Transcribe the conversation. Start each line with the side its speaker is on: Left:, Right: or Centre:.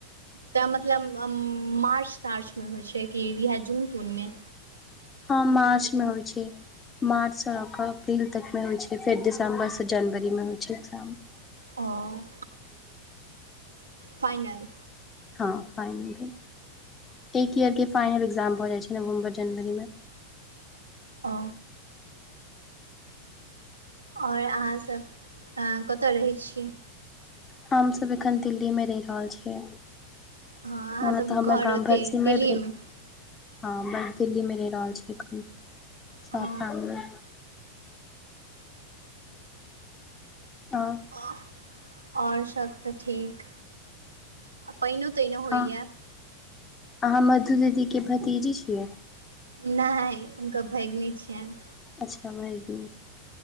Right: तैऽ मतलब अम--मार्च- तार्चमे होइ छै कि इहै जून- तूनमे
Left: हँ मार्च मे होइ छै। मार्च सँ लऽ कऽ अप्रील तक मे होइ छै, फेर दिसम्बर सँ जनवरी मे होइ छै एक्जाम।
Right: ओ, फाइनल
Left: हँ फाइनल भेल, एक ईयर के फाइनल एग्जाम भऽ जाइ छै नवम्बर जनवरी मे
Right: अ आओर अहाँसभ एय कतय रहै छी।
Left: हम सब एखन दिल्ली मे रहि रहल छियै।
Right: हँ अहाँ
Left: ओना
Right: सबके
Left: तऽ हमर
Right: घर
Left: गाम
Right: ओते
Left: भटसिमैर
Right: दिल्लीमे
Left: भेल। हँ बस दील्ली मे रहि रहल छी एखन, सभ
Right: हँ
Left: फैमिली। आओर
Right: ऑ--ह, आओर सब तऽ ठीक पाइनो-ताइनो होइया।
Left: हँ अहाँ मधु दीदीके भतीजी छियै।
Right: नहि हुनका भागिनि छियनि।
Left: अच्छा भैगिनी।